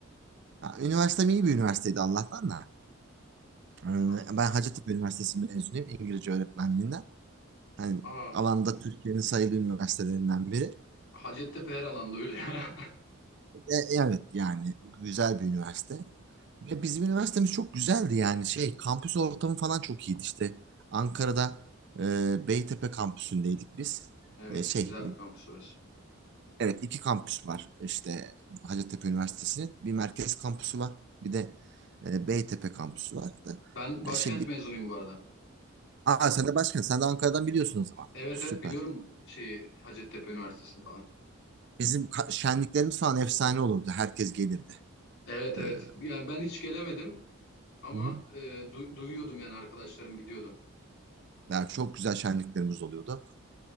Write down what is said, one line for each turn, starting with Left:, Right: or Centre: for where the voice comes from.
Right: Ha, üniversitem iyi bir üniversiteydi Allah'tan da. Ee,
Left: anladım.
Right: ben Hacettepe Üniversitesi mezunuyum İngilizce öğretmenliğinden. Hani
Left: Aa,
Right: alanda Türkiye'nin sayılı üniversitelerinden biri.
Left: Hacettepe her alanda öyle ya. <laughs>
Right: E, evet yani güzel bir üniversite. Ve bizim üniversitemiz çok güzeldi yani şey kampüs ortamı falan çok iyiydi işte. Ankara'da e, Beytepe kampüsündeydik biz.
Left: Evet,
Right: E, şey
Left: güzel bir kampüs orası.
Right: Evet iki kampüs var. İşte Hacettepe Üniversitesi'nin bir merkez kampüsü var. Bir de e, Beytepe kampüsü var. Da,
Left: Ben başkent
Right: e, şey, bir-
Left: mezunuyum bu arada.
Right: Aa, sen de başkan. Sen de Ankara'dan biliyorsun o zaman.
Left: Evet
Right: Süper.
Left: evet biliyorum şeyi Hacettepe Üniversitesi'ni falan.
Right: Bizim ka- şenliklerimiz falan efsane olurdu. Herkes gelirdi.
Left: Evet
Right: Ee,
Left: evet.
Right: Hı
Left: Yani ben hiç gelemedim ama
Right: hı.
Left: e, du- duyuyordum yani arkadaşlarım gidiyordum.
Right: yani çok güzel şenliklerimiz oluyordu.